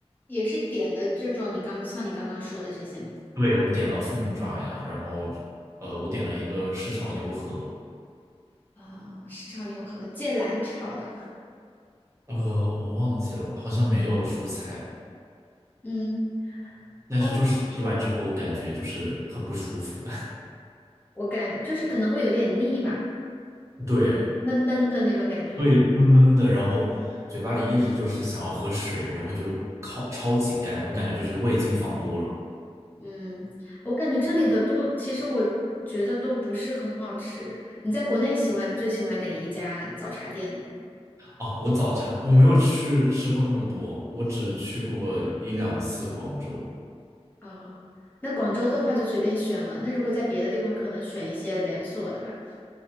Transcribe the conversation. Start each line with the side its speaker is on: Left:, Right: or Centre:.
Left: 也是点的这种，你刚像你刚刚说的这些嘛。
Right: 对，我们点了凤爪呀，然后呃，我点了一个湿炒牛河，
Left: 啊、是炒牛河，芥蓝炒的嘛
Right: 呃，我忘记了，好像没有了蔬菜，
Left: 嗯，
Right: 但是就是吃完之后感觉就是很不舒服，
Left: 啊，我感就是可能会有点腻吧，
Right: <laughs> 对
Left: 闷闷的那种感觉。
Right: 对，闷闷的，然后嘴巴里一直就是想要喝水，然后就靠超级干，我感觉就是味精放多了。
Left: 嗯，我感觉这里的都，其实我觉得都不是很好吃。你在国内喜欢最喜欢哪一家早茶店？
Right: 哦，我早茶我没有去吃过那么多，我只去过一两次广州，
Left: 哦，那广州的话就随便选了。那如果在别的地方，可能选一些连锁的吧。